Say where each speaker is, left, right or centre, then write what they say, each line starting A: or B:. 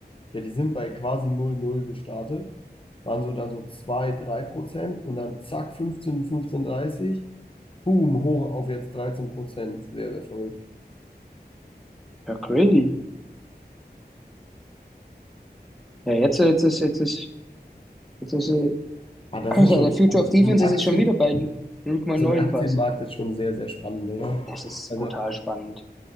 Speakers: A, on the left; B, in the centre.
A: ja, die sind bei quasi null null gestartet, waren so dann so 2 3 Prozent und dann zack 15 fünfzehn 30 boom, hoch auf jetzt 13 Prozent. Sehr, sehr verrückt.
B: Ja, crazy. Ja, jetzt, jetzt ist, jetzt ist, jetzt ist, äh, <laughs> <clears throat>
A: Ah, das
B: also
A: ist schon
B: der
A: spannend.
B: Future of Defense
A: So ein Aktien,
B: ist jetzt schon wieder bei null Komma
A: so
B: neun
A: ein Aktienmarkt
B: fast.
A: ist schon sehr, sehr spannend, oder?
B: Das ist
A: Also,
B: brutal spannend.